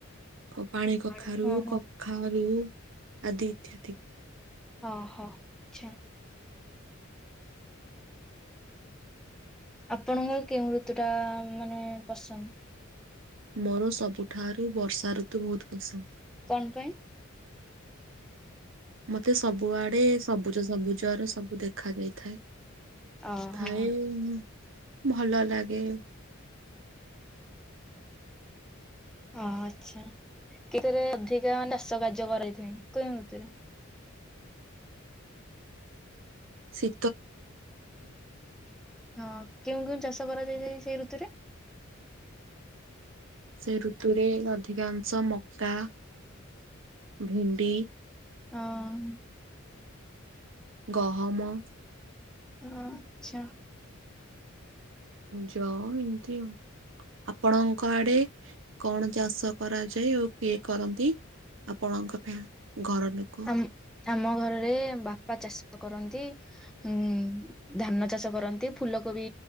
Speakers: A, on the right (about 65°); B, in the centre.
A: ଓ ପାଣି
B: ଜହ୍ନି,
A: କଖାରୁ,
B: ଓହୋ
A: କଖାରୁୁ ଆଦି ଇତ୍ୟାଦି।
B: ଓ ହୋ ଛା। ଆପଣଙ୍କର କେଉଁ ଋତୁ ଟା ମାନେ ପସନ୍ଦ?
A: ମୋର ସବୁଠାରୁ ବର୍ଷା ଋତୁ ବହୁତ ପସନ୍ଦ।
B: କଣ ପାଇଁ?
A: ମୋତେ ସବୁଆଡେ ସବୁଜ ସବୁଜର ସବୁ ଦେଖା ଯାଇଥାଏ।
B: ଓହୋ
A: ଥାଏ ନା ଭଲ ଲାଗେ।
B: ଓ ଆଚ୍ଛା, କେଥରେ ଅଧିକା ମାନେ ଚାସ କାର୍ଯ୍ୟ କରାଯାଇଥାଏ କେଉଁ ଋତୁରେ?
A: ଶୀ
B: ହଁ କେଉଁ କେଉଁ ଚାଷ କରାଯାଏ ଯାଏ ସେଇ ଋତୁରେ?
A: ସେ ଋତୁରେ ଅଧିକାଂଶ ମକା, ଭେଣ୍ଡି
B: ଅ, ହୁଁ।
A: ଗହମ
B: ଓ ଆଚ୍ଛା।
A: ଯଅ ଏମିତି ଆଉ। ଆପଣଙ୍କ ଆଡେ କଣ ଚାଷ କରାଯାଏ ଆଉ କିଏ କରନ୍ତି? ଆପଣଙ୍କ ପାଇଁ ଘର ଲୋକ
B: ଆମ ଆମ ଘରରେ ବାପା ଚାଷ କରନ୍ତି। ହୁଁ ଧାନ ଚାଷ କରନ୍ତି ଫୁଲକୋବି